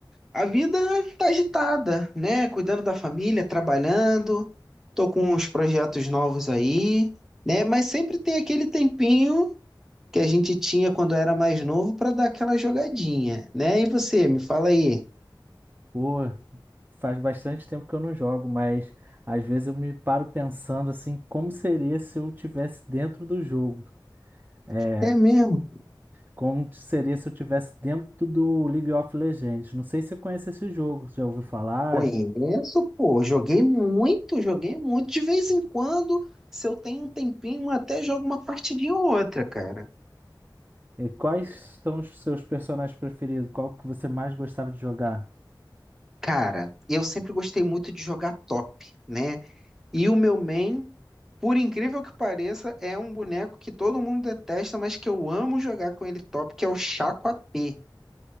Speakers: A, in the centre; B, on the right.
A: a vida tá agitada, né? Cuidando da família, trabalhando, tô com uns projetos novos aí, né? Mas sempre tem aquele tempinho que a gente tinha quando era mais novo pra dar aquela jogadinha, né? E você, me fala aí.
B: Pô, faz bastante tempo que eu não jogo, mas às vezes eu me paro pensando assim, como seria se eu tivesse dentro do jogo? É,
A: É mesmo?
B: como seria se eu tivesse dentro do League of Legends? Não sei se você conhece esse jogo, já ouviu falar?
A: Conheço, pô. Joguei muito, joguei muito. De vez em quando, se eu tenho um tempinho, até jogo uma partidinha ou outra, cara.
B: E quais são os seus personagens preferidos? Qual que você mais gostava de jogar?
A: Cara, eu sempre gostei muito de jogar top, né? E o meu main, por incrível que pareça, é um boneco que todo mundo detesta, mas que eu amo jogar com ele top, que é o Chaco AP.